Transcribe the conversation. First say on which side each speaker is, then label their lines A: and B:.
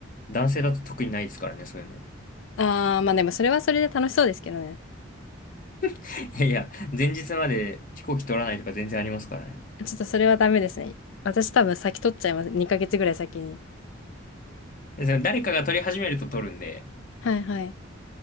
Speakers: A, on the left; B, on the left.
A: 男性だと特にないですからね、そういうの。
B: <laughs> あー、まあでもそれはそれで楽しそうですけどね。
A: <laughs> いやいや、前日まで飛行機取らないとか全然ありますからね。
B: ちょっとそれはダメですね。私多分先取っちゃいます。2ヶ月ぐらい先に。
A: で、その誰かが取り始めると取るんで、
B: はいはい。